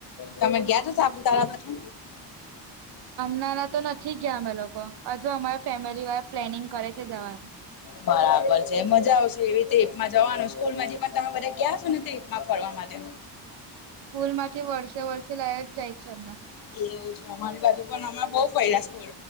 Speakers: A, on the left (about 50°); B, on the right (about 60°).
A: તમે ગયા છો, સાપુતારા બાજુ?
B: ના તો નથી ગયા અમે લોકો હજુ, અમારા ફેમિલી વાળા પ્લેનિંગ કરે છે જવાનું.
A: બરાબર છે, મજા આવશે, એવી રીતે એકમાં જવાનું, સ્કૂલ માંથી પણ તમે બધા ગયા હશો ને તે. મા ફરવામાં માટે.
B: સ્કૂલમાંથી વર્ષે-વર્ષે લઈજ જાય છે, અમને.
A: એવુ છે, અમારી બાજુ પણ અમાં બઉ ફર્યા છે.